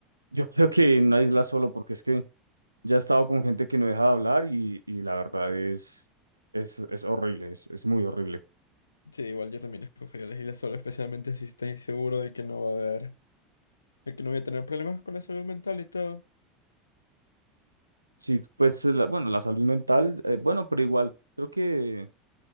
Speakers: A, on the right; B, on the left.
A: Yo creo que en una isla solo, porque es que ya he estado con gente que no deja de hablar y, y la verdad es, es, es horrible, es, es muy horrible.
B: Sí, igual yo también escogería la isla sola especialmente si estoy seguro de que no va a haber, de que no voy a tener problemas con la salud mental y todo.
A: Sí, pues eh, la- bueno, la salud mental, eh, bueno, pero igual, creo que